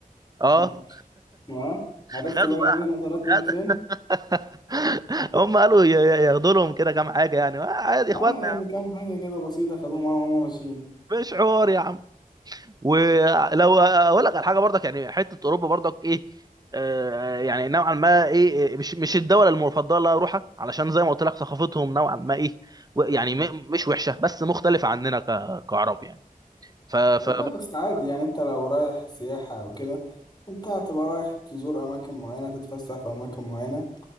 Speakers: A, on the right; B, on the left.
A: اه
B: <laughs> اه
A: خدوا
B: عرفت بقى
A: بقى
B: جايبين النصارات دي
A: خد
B: من فين
A: <laughs> هم قالوا ي- ي- ياخدوا لهم كده كام حاجه يعني آه، عادي اخواتنا
B: اه يعني
A: يا عم
B: كام حاجه كده بسيطه خدوهم معاهم وهم ماشيين
A: مش حوار يا عم ولو اقول لك على حاجه برضك يعني حته اوروبا برضك ايه آه يعني نوعا ما ايه إيه، مش مش الدوله المفضله اللي اروحها علشان زي ما قلت لك ثقافتهم نوعا ما ايه و- يعني
B: مم.
A: م- مش وحشه بس مختلفه عننا ك- كعرب يعني ف ف
B: آه، لا بس عادي يعني انت لو رايح سياحه او كده انت هتبقى رايح تزور اماكن معينه تتفسح في اماكن معينه